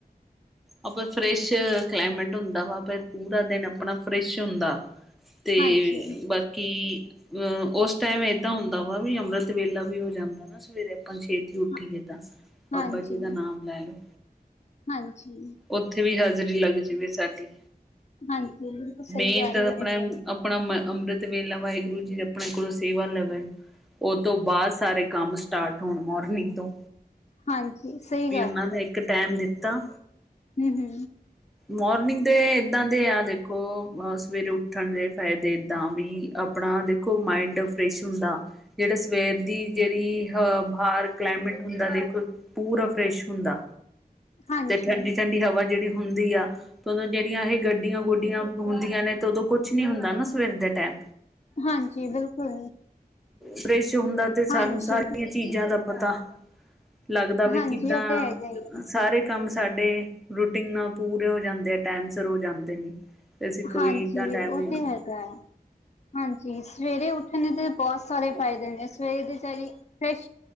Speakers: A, in the centre; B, on the left.
A: ਆਪਾਂ ਫਰੈਸ਼ ਕਲਾਈਮੇਟ ਹੁੰਦਾ ਵਾ ਫਿਰ ਪੂਰਾ ਦਿਨ ਆਪਣਾ ਫਰੈਸ਼ ਹੁੰਦਾ। ਤੇ
B: ਹਾਂਜੀ,
A: ਬਾਕੀ, ਅ ਉਸ ਟਾਈਮ ਏਦਾਂ ਹੁੰਦਾ ਵਾ ਵੀ ਅੰਮ੍ਰਿਤ ਵੇਲਾ ਵੀ ਹੋ ਜਾਂਦਾ ਨਾ ਸਵੇਰੇ ਆਪਾਂ ਛੇਤੀ ਉੱਠੀਏ
B: ਹਾਂ-
A: ਤਾਂ ਬਾਬਾ
B: ਹਾਂਜੀ,
A: ਜੀ ਦਾ ਨਾਮ ਲੈਲੋ।
B: ਹਾਂਜੀ,
A: ਉੱਥੇ ਵੀ ਹਾਜ਼ਰੀ ਲੱਗ ਜਾਵੇ ਸਾਡੀ।
B: ਹਾਂਜੀ ਬਿਲਕੁਲ ਸਹੀ
A: ਮੇਨ
B: ਗੱਲ
A: ਤਾਂ ਆਪਣਾ
B: ਐ।
A: ਆਪਣਾ ਅ ਅੰਮ੍ਰਿਤ ਵੇਲਾ ਵਾਹਿਗੁਰੂ ਜੀ ਆਪਣੇ ਕੋਲੋਂ ਸੇਵਾ ਲ ਉਹ ਤੋਂ ਬਾਦ ਸਾਰੇ ਕੰਮ ਸਟਾਟ ਹੋਣ ਮੋਰਨਿੰਗ ਤੋਂ
B: ਹਾਂਜੀ ਸਹੀ
A: ਵੀ ਉਹਨਾਂ ਨੇ ਇੱਕ ਟੈਮ ਦਿੱਤਾ।
B: ਹੂੰ-ਹੂੰ,
A: ਮੋਰਨਿੰਗ ਦੇ ਏਦਾਂ ਦੇ ਆ ਦੇਖੋ ਸਵੇਰੇ ਉੱਠਣ ਦੇ ਫਾਇਦੇ ਏਦਾਂ ਵੀ ਆਪਣਾ ਦੇਖੋ ਮਾਇੰਡ ਫਰੈਸ਼ ਹੁੰਦਾ। ਜਿਹੜਾ ਸਵੇਰ ਦੀ ਜਿਹੜੀ ਅਹ ਬਾਰ ਕਲਾਈਮੇਟ ਹੁੰਦਾ ਦੇਖੋ। ਪੂਰਾ ਫਰੈਸ਼ ਹੁੰਦਾ,
B: ਹਾਂਜੀ
A: ਤੇ ਠੰਡੀ ਠੰਡੀ ਹਵਾ ਜਿਹੜੀ ਹੁੰਦੀ ਆ। ਉਦੋਂ ਜਿਹੜੀਆ ਇਹ ਗੱਡੀਆਂ ਗੁੱਡੀਆਂ ਹੁੰਦੀਆਂ ਨੇ, ਤੇ ਉਦੋਂ ਕੁਛ ਨੀ ਨਾ ਸਵੇਰ ਦੇ ਟੈਮ
B: ਹਾਂਜੀ ਬਿਲਕੁਲ।
A: ਫਰੈਸ਼ ਹੁੰਦਾ ਤੇ
B: ਹਾਂਜੀ
A: ਸਾਨੂੰ ਸਾਰੀਆਂ ਚੀਜ਼ਾਂ ਦਾ ਪਤਾ ਲੱਗਦਾ ਵੀ
B: ਹਾਂਜੀ
A: ਕਿੱਦਾਂ,
B: ਉਹ ਤੇ ਹੈਗਾ ਹੀ ਹੈ
A: ਸਾਰੇ ਕੰਮ ਸਾਡੇ, ਰੂਟੀਨ ਨਾਲ ਪੂਰੇ ਹੋ ਜਾਂਦੇ ਆ ਟਾਈਮ ਸਿਰ ਹੋ ਜਾਂਦੇ ਨੇ। ਤੇ ਅਸੀਂ ਕੋਈ
B: ਹਾਂਜੀ
A: ਇੱਦਾਂ ਟਾਈਮ
B: ਉਹ
A: ਦੇਣਾ
B: ਤੇ ਹੈਗਾ ਹਾਂਜੀ ਸਵੇਰੇ ਉੱਠਣ ਤੇ ਬਹੁਤ ਸਾਰੇ ਫਾਇਦੇ ਨੇ। ਸਵੇਰ ਦੇ ਤਾਜੀ, ਫਰੈਸ਼